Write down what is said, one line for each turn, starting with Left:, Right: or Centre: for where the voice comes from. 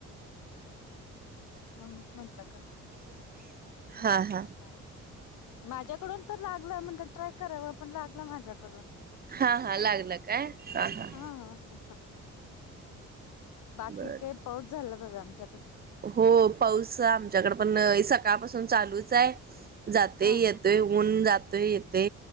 Left: म्हणूनच म्हंटलं का
Right: हा
Left: <unintelligible>
Right: हा
Left: माझ्याकडून तर लागलं म्हणलं, ट्राय कराव पण लागलं माझ्याकडून.
Right: हा.. हा, लागला काय हा.. हा..
Left: हं.. बाकी
Right: बर बर
Left: काही पाऊस झाला, बघा आमच्यात
Right: हो, पाऊस आमच्याकडे पण सकाळपासून चालूच आहे. जाते
Left: हा
Right: येतोय
Left: हा
Right: ऊन, जातोय येते